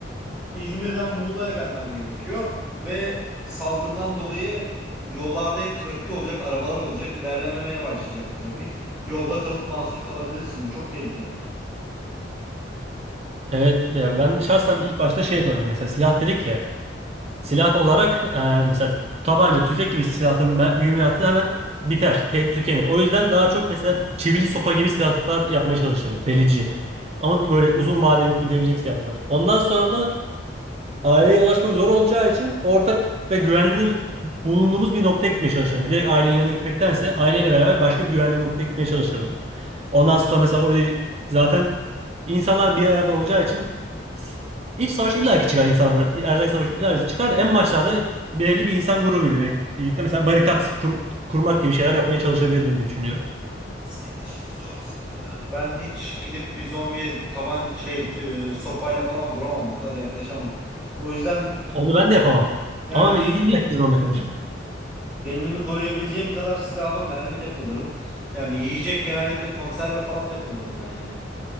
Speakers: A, in the centre; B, on the right.
A: İzmir'den Muğla'ya gelmem gerekiyor ve salgından dolayı yollarda hep trafik olacak, arabalar olacak, ilerlememeye başlayacak trafik. Yolda kalıp mahsur kalabilirsin. Bu çok tehlikeli.
B: Evet ya ben şahsen ilk başta şey yaparım mesela silah dedik ya Silah olarak e, mesela tabanca, tüfek gibi silahların mü- mühimmatı hemen biter, te- tükenir. O yüzden daha çok mesela çivili sopa gibi silahlar yapmaya çalışırım. Delici. Ama böyle uzun vadeli gidebilecek silahlar. Ondan sonra da aileye ulaşmak zor olacağı için ortak ve güvenli bulunduğumuz bir noktaya gitmeye çalışırım. Yani direkt ailenin yanına gitmektense aileyle beraber başka bir güvenli noktaya gitmeye çalışırım. Ondan sonra mesela orayı zaten insanlar bir arada olacağı için iç savaş illaki çıkar insanlar. böyle. Erzak savaşı illaki çıkar. En başlarda hep belirli bir insan grubuyla be- birlikte mesela barikat kur- kurmak gibi şeyler yapmaya çalışabilirdim diye düşünüyorum.
A: Ya senin işin zor. Ee, Ben hiç gidip bir zombiye tabanca şey e, sopayla falan vuramam. O kadar yaklaşamam. O yüzden
B: Onu ben de yapamam.
A: yani
B: Ama
A: kendimi
B: illaki zorunda kalırım.
A: <laughs> kendimi koruyabileceğim kadar silah ve mermi depolarım. Yani yiyecek genellikle konserve falan depolarım ben ya.